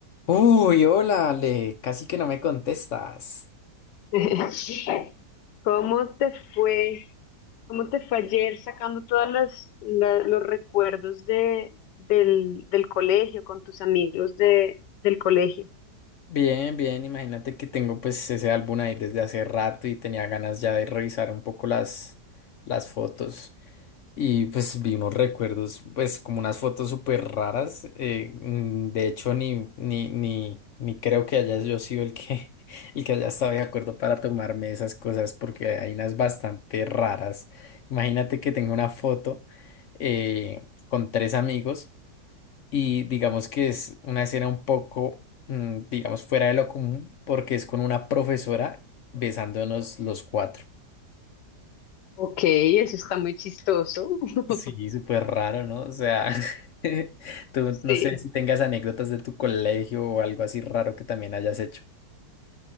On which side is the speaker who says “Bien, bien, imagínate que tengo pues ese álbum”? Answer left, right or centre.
Left